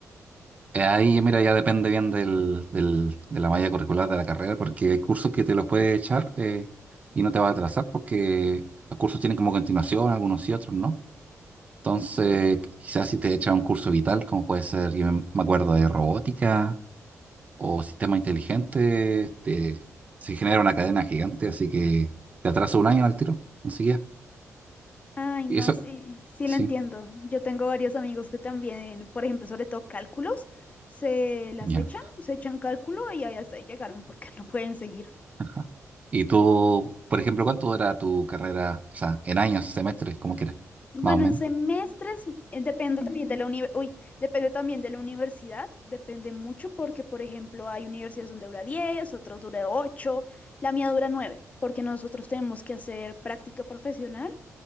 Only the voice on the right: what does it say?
Eh, Ahí, mira, ya depende bien del, del- de la malla curricular de la carrera, porque hay cursos que te los puedes echar eh, y no te va a atrasar, porque los cursos tienen como continuación, algunos y otros, ¿no? Entonces, quizás si te echas un curso vital, como puede ser, yo me acuerdo de robótica o sistema inteligente, te- se genera una cadena gigante, así que te atrasa un año al tiro, enseguida.
Y eso,
sí,
ya.
Ajá. Y tú, por ejemplo, ¿cuánto dura tu carrera? O sea, en años, semestres, como quieras,
más o menos.